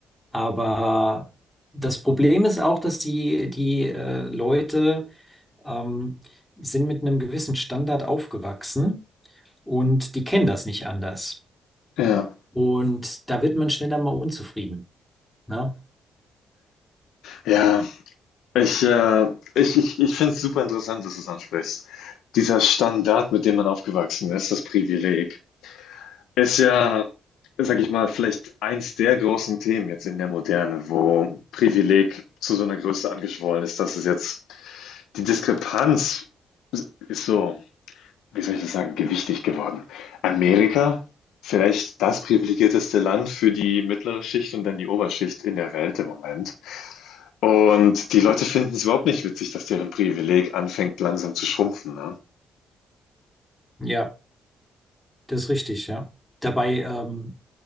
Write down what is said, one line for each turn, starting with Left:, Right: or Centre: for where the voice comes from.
Centre: aber das Problem ist auch, dass die, die äh, Leute ähm, sind mit einem gewissen Standard aufgewachsen und die kennen das nicht anders.
Left: Ja.
Centre: Und da wird man schneller mal unzufrieden, ne?
Left: Ja. Ich, äh, ich, ich, ich finde es super interessant, dass du es ansprichst. Dieser Standard, mit dem man aufgewachsen ist, das Privileg. Ist ja, sage ich mal, vielleicht eins der großen Themen jetzt in der Moderne, wo Privileg zu so einer Größe angeschwollen ist, dass es jetzt die Diskrepanz ist so, wie soll ich das sagen, gewichtig geworden. Amerika, vielleicht das privilegierteste Land für die mittlere Schicht und dann die Oberschicht in der Welt im Moment. Und die Leute finden es überhaupt nicht witzig, dass deren Privileg anfängt langsam zu schrumpfen, ne?
Centre: Ja. Das ist richtig, ja. Dabei ähm,